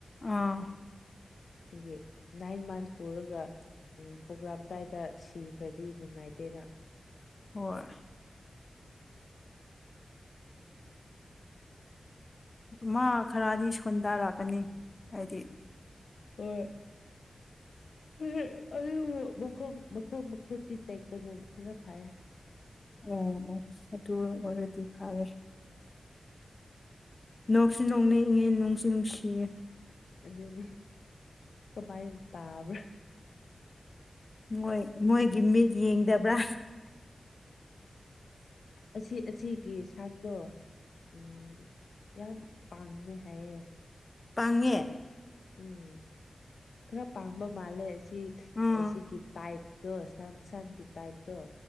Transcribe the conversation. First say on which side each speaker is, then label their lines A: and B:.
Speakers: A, on the left (about 40°); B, on the left (about 75°).
A: ꯑꯥ
B: <unintelligible> ꯒꯤ ꯅꯥꯏꯟ ꯃꯟꯁ ꯄꯨꯔꯒ ꯎꯝ ꯄ‌ꯣꯛꯔꯝꯗꯥꯏꯗ ꯁꯤꯈ꯭ꯔꯗꯤ ꯅꯨꯡꯉꯥꯏꯇꯦꯅꯥ
A: ꯍꯣꯏ ꯃꯥ ꯈꯔꯗꯤ ꯁꯣꯟꯊꯔꯛꯀꯅꯤ ꯍꯥꯏꯗꯤ
B: ꯍ‌ꯣꯏ <unintelligible> ꯑꯗꯨꯕꯨ ꯃꯈꯣꯡ ꯃꯈꯣꯡ ꯃꯈꯨꯠꯇꯤ ꯇ‌ꯦꯛꯇꯅ ꯈꯔ ꯐꯩ
A: ꯑꯣ ꯑꯣ ꯑꯗꯨ ꯑꯣꯏꯔꯗꯤ ꯐꯔꯦ ꯅꯣꯛꯁꯨ ꯅꯣꯛꯅꯤꯡꯉꯤ ꯅꯨꯡꯁꯨ ꯅꯨꯡꯁꯤꯌ‌ꯦ
B: ꯑꯗꯨꯅꯤ ꯀꯃꯥꯏꯟ ꯇꯥꯕ꯭ꯔꯥ
A: ꯃꯣꯏ ꯃꯣꯏꯒꯤ ꯃꯤꯠ ꯌꯦꯡꯗꯕ꯭ꯔꯥ
B: ꯑꯁꯤ ꯑꯁꯤꯒꯤ ꯁꯟꯗꯣ ꯎꯝ ꯌꯥꯝ ꯄꯥꯡꯗ‌ꯦ ꯍꯥꯏꯌꯦ
A: ꯄꯪꯉꯦ
B: ꯎꯝ ꯈꯔ ꯄꯥꯝꯕ ꯃꯥꯜꯂꯦ ꯑꯁꯤ
A: ꯎꯝ
B: ꯑꯁꯤꯒꯤ ꯇꯥꯏꯞ ꯗꯣ ꯁꯟ ꯁꯟ ꯁꯟꯒꯤ ꯇꯥꯏꯞꯇ‌ꯣ